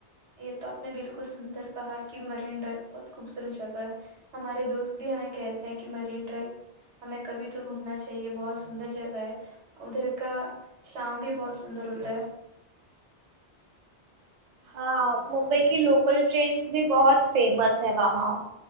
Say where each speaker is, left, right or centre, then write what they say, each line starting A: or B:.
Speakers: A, on the right (about 80°); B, on the right (about 50°).
A: یہ تو آپ نے بالکل سندر کہا کہ مرین ڈرائیو بہت خوبصورت جگہ ہے ہمارے دوست بھی ہمیں کہتے ہیں کہ مرین ڈرائیو ہمیں کبھی تو گھومنا چاہیے بہت سندر جگہ ہے ادھر کا شام بھی بہت سندر ہوتا ہے
B: ہاں ممبئی کی لوکل ٹرینس بھی بہت فیمس ہے وہاں